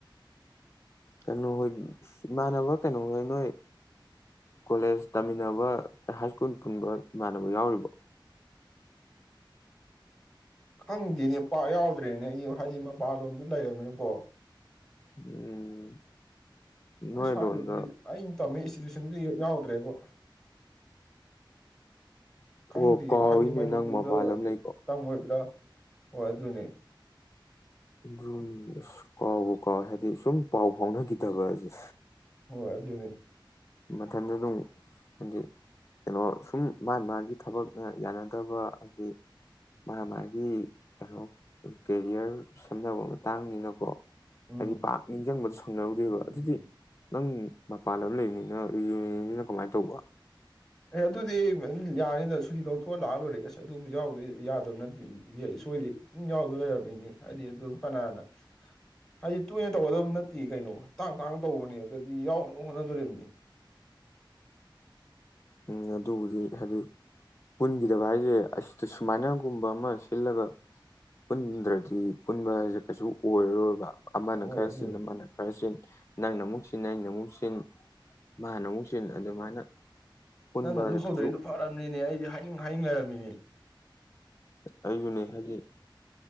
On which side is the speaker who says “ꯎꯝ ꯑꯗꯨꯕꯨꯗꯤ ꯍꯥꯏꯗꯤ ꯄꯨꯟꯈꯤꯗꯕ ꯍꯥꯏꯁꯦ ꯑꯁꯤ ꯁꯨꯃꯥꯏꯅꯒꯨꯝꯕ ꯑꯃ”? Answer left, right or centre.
Left